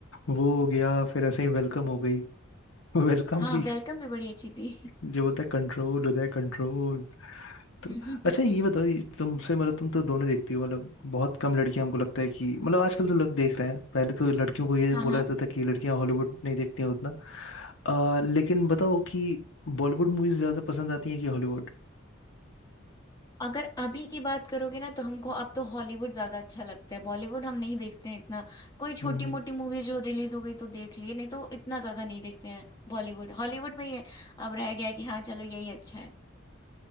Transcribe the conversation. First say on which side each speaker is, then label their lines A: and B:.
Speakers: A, on the left; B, on the left.
A: वो हो गया फिर ऐसे ही वेलकम हो गई <laughs> वेलकम
B: हाँ
A: भी
B: वेलकम भी बड़ी अच्छी थी
A: जो बोलता है कंट्रोल उदय कंट्रोल तो
B: <laughs>
A: अच्छा ये बताओ ये तुमसे मतलब तुम तो दोनों देखती हो मतलब बहुत कम लड़कियां हमको लगता है कि मतलब आजकल तो लोग देख रहे हैं पहले तो लड़कियों को ये
B: हाँ हाँ
A: बोला जाता था कि लड़कियां हॉलीवुड नहीं देखती हैं उतना अ, लेकिन बताओ कि बॉलीवुड मूवीज ज्यादा पसंद आती हैं कि हॉलीवुड
B: अगर अभी की बात करोगे ना तो हमको अब तो हॉलीवुड ज्यादा अच्छा लगता है बॉलीवुड हम नहीं देखते हैं इतना कोई छोटी
A: हम्म हम्म।
B: मोटी मूवी जो रिलीज हो गई तो देख लिए नहीं तो इतना ज्यादा नहीं देखते हैं बॉलीवुड हॉलीवुड में ये अब रह गया है कि हाँ चलो यही अच्छा है